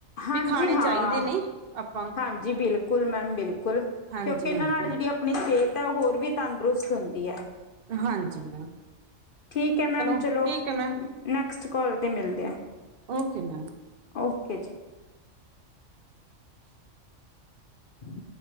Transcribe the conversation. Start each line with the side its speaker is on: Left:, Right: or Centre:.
Left: ਹਾਂਜੀ
Right: ਵੀ ਖਾਣੇ
Left: ਹਾਂ
Right: ਚਾਹੀਦੇ ਨੇ ਅਪ
Left: ਹਾਂਜੀ ਬਿਲਕੁਲ ਮੈਮ ਬਿਲਕੁਲ,
Right: ਹਾਂਜੀ
Left: ਕਿਉਂਕਿ ਏਨਾ
Right: ਹਾਂਜੀ
Left: ਨਾਲ <inaudible> ਜੇਹੜੀ ਆਪਨੀ ਸੇਤ ਐ ਓ ਹੋਰ ਤਾੰਦਰੁਸਤ ਹੁੰਦੀ ਐ।
Right: ਹਾਂਜੀ ਮੈਮ
Left: ਠੀਕ ਹੈ ਮੈਮ
Right: ਠੀਕ
Left: ਚਲੋ
Right: ਹੈ ਮੈਮ
Left: ਨੈਕਸਟ ਕਾਲ ਤੇ ਮਿਲਦੇ ਆ।
Right: Okay ma'am.
Left: ਓਕੇ ਜੀ ਹੂੰ।